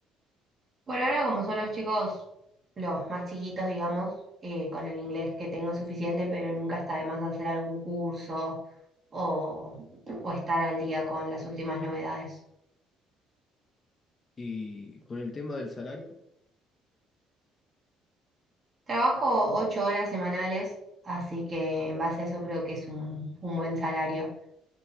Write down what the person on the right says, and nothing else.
Por ahora, como son los chicos los más chiquitos, digamos, eh, con el inglés que tengo es suficiente, pero nunca está de más hacer algún curso o, o estar al día con las últimas novedades.
Trabajo ocho horas semanales, así que en base a eso creo que es un, un buen salario.